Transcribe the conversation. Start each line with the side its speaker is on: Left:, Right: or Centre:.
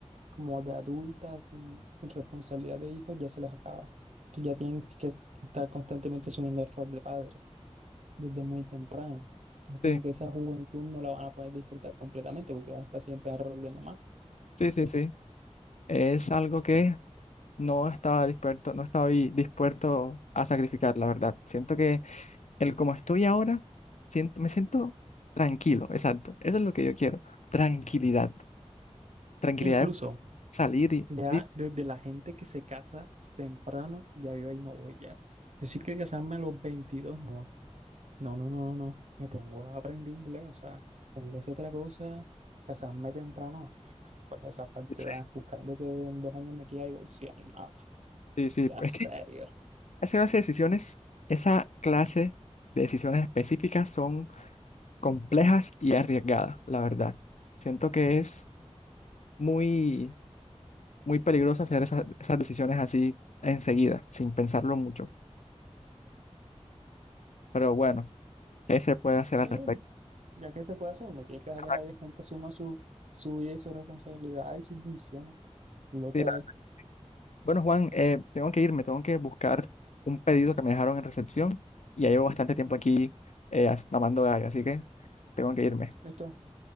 Right: como de adulta, sin, sin responsabilidad de hijos, ya se les acaba. Que ya tienen que estar constantemente asumiendo el rol de padre desde muy temprano. Entonces,
Left: sí,
Right: como que esa juventud no la van a poder disfrutar completamente porque ya está siempre en el rol de mamá.
Left: sí, sí, sí. Es algo que no estaba dispuesto, no estaba ahí dispuesto a sacrificar, la verdad. Siento que el como estoy ahora, siento, me siento tranquilo, exacto. Eso es lo que yo quiero. Tranquilidad. Tranquilidad
Right: Incluso,
Left: de salir y...
Right: ya
Left: y-
Right: desde la gente que se casa temprano, ya yo ahí no voy ya. Decir que casarme a los 22 no. No, no, no, no, no. Me pongo a aprender inglés, o sea, pongo esa otra cosa, casarme temprano. <laughs> Con esa falsedad,
Left: Sí,
Right: buscando que en dos años me quiera divorciar. No,
Left: sí, sí.
Right: sea
Left: Es
Right: serio.
Left: que esa clase de decisiones, esa clase de decisiones específicas son complejas y arriesgadas, la verdad. Siento que es muy, muy peligroso hacer esas, esas decisiones así enseguida, sin pensarlo mucho. Pero bueno, ¿qué se puede hacer
Right: Sí,
Left: al respecto?
Right: ya que se puede hacer, uno tiene que dejar
Left: Ajá,
Right: que la gente asuma su, su vida y su responsabilidad y sus decisiones. Lo
Left: mira.
Right: que hay.
Left: Bueno, Juan, eh, tengo que irme, tengo que buscar un pedido que me dejaron en recepción y ya llevo bastante tiempo aquí eh, as- mamando gallo, así que tengo que irme.
Right: Listo.